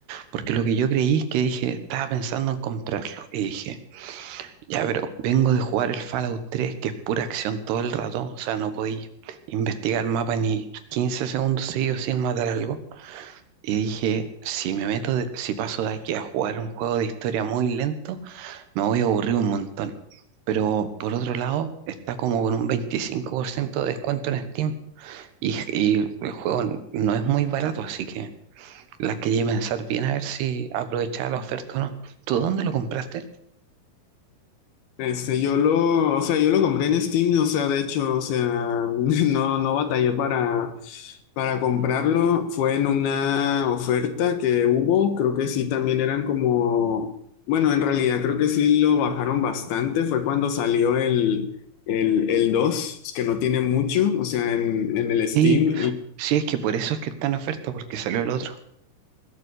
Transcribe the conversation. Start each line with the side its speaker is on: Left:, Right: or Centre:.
Right: Porque lo que yo creí es que dije, estaba pensando en comprarlo. Y dije, ya, pero vengo de jugar el Fallout 3, que es pura acción todo el rato. O sea, no podía investigar mapa ni 15 segundos seguidos sin matar algo. Y dije, si me meto, de- si paso de aquí a jugar un juego de historia muy lento, me voy a aburrir un montón. Pero por otro lado, está como con un 25% de descuento en Steam. Y, y el juego no es muy barato, así que la quería pensar bien a ver si aprovechaba la oferta o no. ¿Tú dónde lo compraste?
Left: Este, yo lo, o sea, yo lo compré en Steam, o sea, de hecho, o sea, <laughs> no, no batallé para, para comprarlo. Fue en una oferta que hubo, creo que sí, también eran como, bueno, en realidad creo que sí lo bajaron bastante. Fue cuando salió el, el, el dos que no tiene mucho, o sea, en, en el
Right: Sí,
Left: Steam
Right: sí, es que por eso es que está en oferta, porque salió el otro.